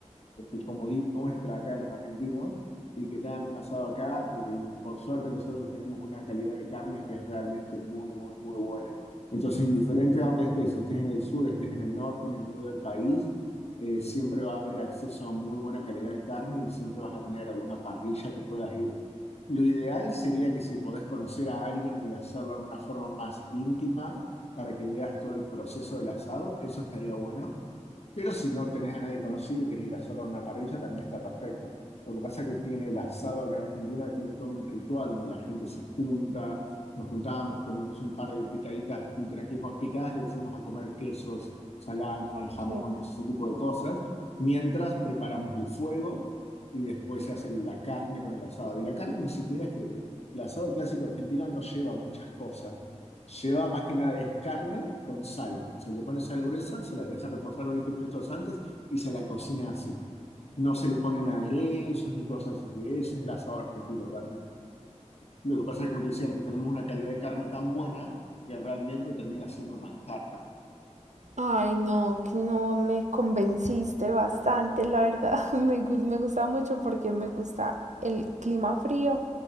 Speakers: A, on the left; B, on the right.
A: este comodín nuestra acá de los argentinos y que te hagan un asado acá, porque por suerte nosotros tenemos una calidad de carne que es realmente muy, muy, muy buena. Entonces, indiferente a dónde estés, si estés en el sur, estés en el norte, en el medio del país, eh, siempre va a haber acceso a muy buena calidad de carne y siempre vas a tener alguna parrilla que puedas ir. Lo ideal sería que si podés conocer a alguien y hacerlo de una forma más íntima para que veas todo el proceso del asado, eso estaría bueno. Pero si no tenés a nadie conocido y querés ir a solo a una parrilla, también está perfecto. Lo que pasa es que tiene el asado acá en Argentina, tiene todo un ritual donde la gente se junta, nos juntamos, comemos un par de picaditas, entre aquí con picadas le decimos a comer quesos, salame,
B: Ok.
A: jamones, ese tipo de cosas, mientras preparamos el fuego y después se hace la carne con el asado. Y la carne ni siquiera es que el asado clásico argentino no lleva muchas cosas Lleva más que nada es carne con sal. Se le pone sal gruesa, se la deja reposar 20 minutos antes y se la cocina así. No se le ponen aderezos ni cosas así. Ese es el asado argentino realmente. Lo que pasa es que, como te decía antes, tenemos una calidad de carne tan buena que realmente termina siendo un manjar.
B: Ay, no, que no me convenciste bastante, la verdad. <laughs> Me, gus- me gusta mucho porque me gusta el clima frío